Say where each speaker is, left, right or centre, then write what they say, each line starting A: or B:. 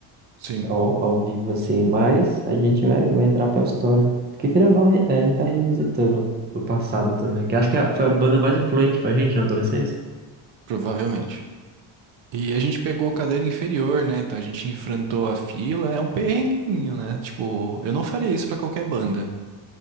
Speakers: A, on the right (about 60°); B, on the right (about 20°).
A: Sim,
B: Ao, ao vivo, assim, mas a gente vai, vai entrar pra história. Porque, querendo ou não, re- a gente tá revisitando o passado também, que acho que a- foi a banda mais influente pra gente na adolescência.
A: provavelmente. E a gente pegou cadeira inferior, né? Então a gente enfrentou a fila. É um perrenguinho, né? Tipo, eu não faria isso pra qualquer banda.